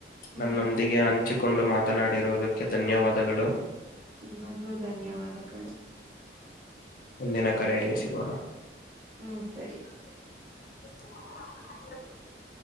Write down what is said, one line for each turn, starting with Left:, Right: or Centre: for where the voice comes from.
Right: ಹ್ಮ್
Left: ನನ್ನೊಂದಿಗೆ ಹಂಚಿಕೊಂಡು ಮಾತನಾಡಿರುವುದಕ್ಕೆ ಧನ್ಯವಾದಗಳು
Right: ನಿಮಗೂ ಧನ್ಯವಾದಗಳು
Left: ಮುಂದಿನ ಕರೆಯಲ್ಲಿ ಸಿಗೋಣ
Right: ಹ್ಮ್ ಸರಿ
Left: <inaudible>